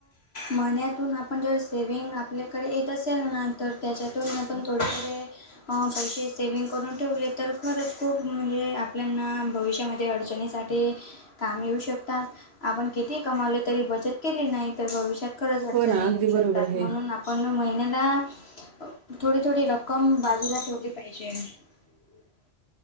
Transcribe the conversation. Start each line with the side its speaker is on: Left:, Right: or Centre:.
Left: महिन्यातून आपण जे सेव्हिग आ आपल्याकडे येत असेल ना तर त्याच्यातून पण थोडे थोडे पैसे सेव्हिंग करून ठेवले तर खरंच खूप म्हणजे आपल्याना भविष्यामध्ये अडचणीस सांठी कामे येऊं शकतांत. आपण किती कमावले तरी बचतं केली नाहीं तरं भविष्यांत खरंच अडचणी
Right: हो ना
Left: येऊ
Right: अगदी
Left: शकतांत
Right: बरोबर आहे.
Left: म्हणून आप पणं महिन्यांला थोडी थोडी रक्कम बाजूला ठेवली पाहिजे ह् <unintelligible> <unintelligible>